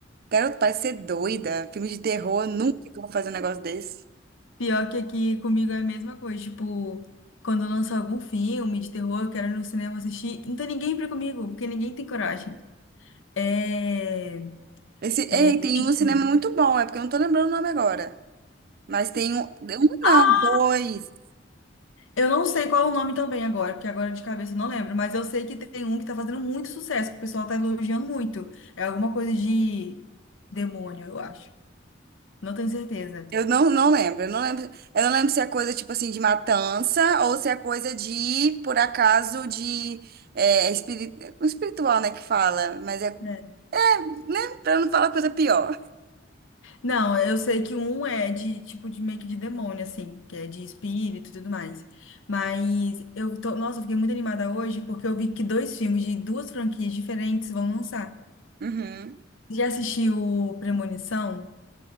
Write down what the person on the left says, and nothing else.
Pior que aqui comigo é a mesma coisa. Tipo, quando lança algum filme de terror, eu quero ir no cinema assistir. Não tem ninguém pra ir comigo, porque ninguém tem coragem. É.
É
tipo.
Ah!
Eu não sei qual é o nome também agora, porque agora de cabeça eu não lembro, mas eu sei que tem um que tá fazendo muito sucesso, que o pessoal tá elogiando muito. É alguma coisa de demônio, eu acho. Não tenho certeza.
É.
Não, eu sei que um é de tipo de meio que de demônio, assim, que é de espírito e tudo mais. Mas eu tô, nossa, eu fiquei muito animada hoje porque eu vi que dois filmes de duas franquias diferentes vão lançar.
Já assistiu Premonição?